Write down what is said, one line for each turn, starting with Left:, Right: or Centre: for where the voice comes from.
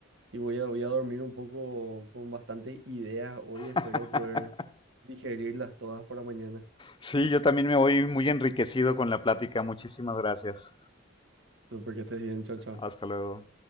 Right: y voy a, voy a dormir un poco con bastantes ideas hoy. Espero
Left: <laughs>
Right: poder digerirlas todas para mañana.
Left: Sí, yo también me voy muy enriquecido con la plática. Muchísimas gracias.
Right: Súper que estés bien, chao, chao.
Left: Hasta luego.